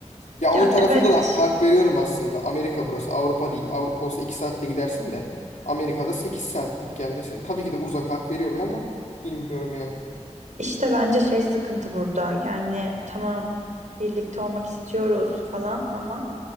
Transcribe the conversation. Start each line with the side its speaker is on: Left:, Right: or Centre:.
Left: Ya onun
Right: Ya
Left: tarafında
Right: evet
Left: da hak veriyorum aslında. Amerika burası, Avrupa değil. Avrupa olsa 2 saatte gidersin de Amerika'da 8 saat gidip gelmesi tabii ki de uzak hak veriyorum ama bilmiyorum yani.
Right: işte bence şey sıkıntı burada yani tamam birlikte olmak istiyoruz falan ama